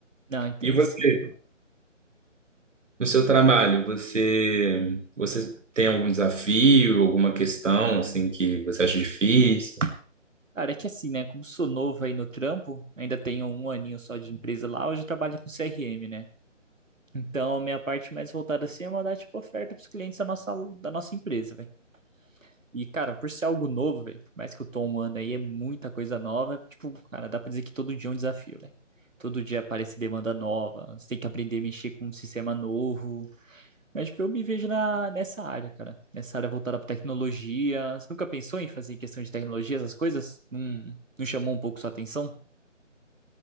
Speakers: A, on the right (about 85°); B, on the right (about 70°).
A: Não, entendo
B: E você?
A: sim.
B: No seu trabalho, você, você tem algum desafio, alguma questão assim que você acha difícil?
A: Cara, é que assim, né? Como sou novo aí no trampo, ainda tenho um aninho só de empresa lá, hoje eu trabalho com CRM, né? Então, minha parte mais voltada assim é mandar tipo oferta pros clientes da nossa, da nossa empresa, velho. E, cara, por ser algo novo, velho, por mais que eu tô um ano aí, é muita coisa nova. Tipo, cara, dá pra dizer que todo dia é um desafio, velho. Todo dia aparece demanda nova, você tem que aprender a mexer com um sistema novo. Mas, tipo, eu me vejo na, nessa área, cara. Nessa área voltada pra tecnologia. Você nunca pensou em fazer questão de tecnologia, essas coisas? Não, não chamou um pouco sua atenção?